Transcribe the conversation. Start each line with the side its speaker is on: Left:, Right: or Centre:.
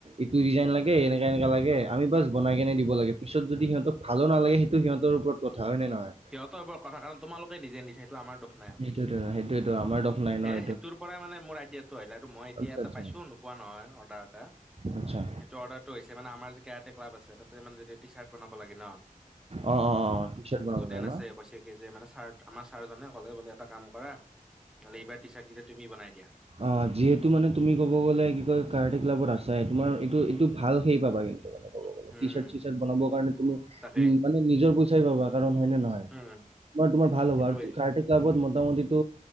Right: এইটো ডিজাইন লাগে
Centre: উম
Right: এনেকা
Centre: উম
Right: এনেকা লাগে আমি বচ বনাই কেনে দিব লাগে পিছত যদি
Centre: উম
Right: সিহঁতক ভাল নালাগে সেইটো সিহঁতৰ ওপৰত কথা হয় নে নহয়?
Centre: সিহঁতৰ বোৰৰ কথা কাৰ তোমালোকে নিজে নিজে এইটো আমাৰ নাই আকৌ
Right: সেইটোয়েটো সেইটোয়ে ত' আমাৰ দম নাই
Centre: সেই
Right: ন এইটো।
Centre: সেইটোৰ পৰাই মানে মোৰ আইডিয়াটো আহিলে আৰু মই এতিয়া
Right: আচ্ছা
Centre: এটা
Right: আচ্ছা
Centre: পাইছো নোপোৱা নহয় অৰ্ডাৰ এটা।
Right: আচ্ছা
Centre: সেইটো অৰ্ডাৰটো হৈছে মানে আমাৰ যে কেৰাটে ক্লাব আছে তাতে মানে টি চাৰ্ট বনাব লাগে ন।
Right: অঁ অঁ অঁ টি চাৰ্ট বনাব
Centre: ষ্টুডেণ্ট
Right: লাগে
Centre: আছে
Right: ন?
Centre: কৈছে কি যে মানে চাৰ্ট আমাৰ ছাৰজনে ক'লে বোলে এটা কাম কৰা নহলে এইবাৰ টি চাৰ্ট কেইটা তুমি বনাই দিয়া।
Right: অঁ যিহেতু মানে তুমি ক'ব গ'লে কি কয় কাৰাটে ক্লাবত আছাই তোমাৰ এইটো এইটো ভাল হেৰি পাবা কিন্তু মানে। কব গলে
Centre: um
Right: T shirt
Centre: um
Right: C shirt বনাব কাৰণে তুমি
Centre: তাকে
Right: উম মানে নিজৰ পইচাই পাবা কাৰণ হয় নে নহয়।
Centre: উম উম
Right: মানে তোমাৰ ভাল হ'ব,
Centre: সেইটোৱে
Right: আৰু কাৰাটে ক্লাবত মোটামুটি টো